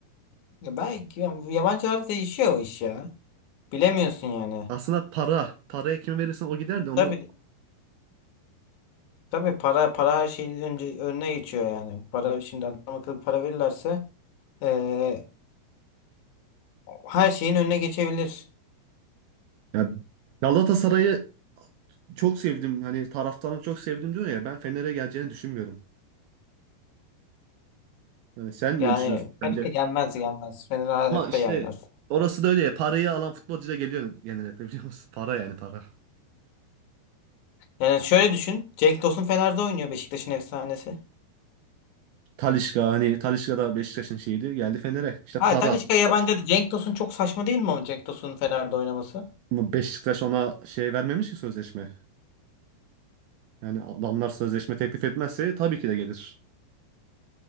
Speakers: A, on the left; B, on the right.
A: Ya belki ya bu yabancılarda değişiyor o iş ya. Bilemiyorsun yani.
B: Aslında para. Paraya kime verirsen o gider de onu...
A: Tabii tabii para para her şeyin önce önüne geçiyor yani. Para şimdi adam akıllı para verirlerse eee, her şeyin önüne geçebilir.
B: Ya Galatasaray'ı çok sevdim. Hani taraftarını çok sevdim diyor ya. Ben Fener'e geleceğini düşünmüyorum. Hani sen
A: Yani
B: ne düşünüyorsun
A: Fener
B: bence?
A: gelmez gelmez, Fener hayatta
B: Ama işte
A: gelmez.
B: orası da öyle ya. Parayı alan futbolcu da geliyor genellikle biliyor musun? Para yani para.
A: Yani şöyle düşün. Cenk Tosun Fener'de oynuyor Beşiktaş'ın efsanesi.
B: Talisca hani Talisca da Beşiktaş'ın şeyiydi. Geldi Fener'e. İşte
A: Ha
B: para.
A: Talisca yabancı. Cenk Tosun çok saçma değil mi ama Cenk Tosun'un Fener'de oynaması?
B: Ama Beşiktaş ona şey vermemiş ki sözleşme. Yani adamlar sözleşme teklif etmezse tabii ki de gelir.